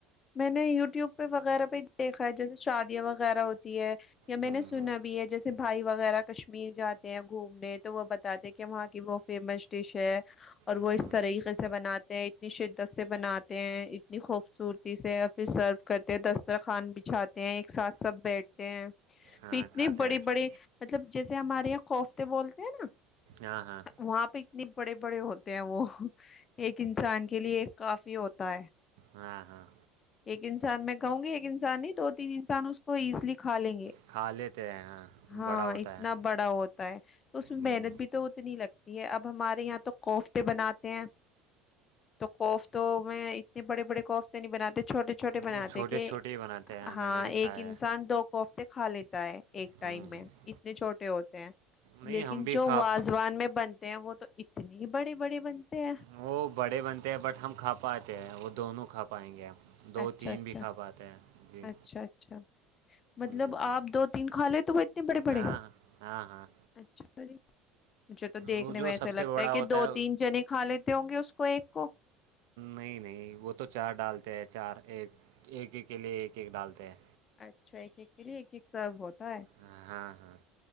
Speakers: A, on the left (about 30°); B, on the right (about 85°).
A: میں نے یوٹیوب پہ وغیرہ پہ دیکھا ہے جیسے شادیاں وغیرہ ہوتی ہے یا میں
B: ہوں
A: نے سنا
B: ہوں
A: بھی ہے جیسے بھائی وغیرہ کشمیر جاتے ہیں گھومنے تو وہ بتاتے کہ وہاں کی وہ فیمس ڈش ہے اور
B: ہوں
A: وہ اس طرح سے بناتے ہیں اتنی شدت سے بناتے ہیں اتنی خوبصورتی سےیا پھر سرف کرتے دستر خان بیچھاتے ایک ساتھ سب بیٹھتے ہیں
B: ہاں
A: پھر اتنے
B: کھاتے
A: بڑے
B: ہیں
A: بڑے مطلب جیسے ہمارے یہاں خوف تے بولتے ہیں نا
B: ہاں ہاں
A: وہاں پہ اتنے بڑے بڑے ہوتے ہیں وہ ایک انسان کے لیے ایک کافی ہوتا ہے
B: ہاں ہاں
A: ایک انسان میں کہوں گی ایک انسان نہیں دو تین انسان اس کو ایزلی کھا لیں گے
B: کھا لیتے ہیں ہاں
A: ہاں
B: بڑا ہوتا
A: اتنا
B: ہے
A: بڑا ہوتا ہے تو اس میں
B: ہوں
A: محنت بھی تو اتنی لگتی یہ اب ہمارے یہاں تو کوف تے بناتے ہیں تو قفتو میں اتنے بڑے بڑے کوف تو نہیں بناتے چھوٹے چھوٹے بناتے
B: وہ چھوٹے
A: کہ
B: چھوٹے ہی بناتے ہیں میں
A: ہاں
B: نے بھی
A: ایک
B: کھایا
A: انسان
B: ہے
A: دو کوفتے کھا لیتا ہے ایک
B: ہوں
A: ٹائم
B: ہوں
A: میں اتنے چھوٹے ہوتے ہیں
B: نہیں
A: لیکن
B: ہم بھی
A: جو
B: کھا
A: واازوان میں بنتے ہیں وہ تو اتنی بڑی بڑی بنتے ہیں
B: وہ بڑے بنتے ہیں بٹ ہم کھا پاتے ہیں وہ دونوں کھا پائیں گے ہم دو
A: اچھا
B: تین
A: اچھا
B: بھی کھا پاتے ہیں جی
A: اچھا اچھا مطلب
B: جی جی
A: آپ دو تین کھا لے تو وہ اتنے بڑے بڑے
B: ہاں ہاں ہاں
A: اچھا مجھے تو دیکھنے
B: وہ جو
A: میں ایسا
B: سب
A: لگتا
B: سے بڑا
A: ہے کہ
B: ہوتا
A: دو تین جنے کھا لیتے ہوں گے اس کو ایک کو
B: نہیں نہیں وہ تو چار ڈالتے ہیں چار ایک ایک ایک کے لیے ایک ایک ڈالتے ہیں
A: اچھا ایک ایک کے لیے ایک ایک ایک سرو ہوتا ہے
B: ہ ہاں ہاں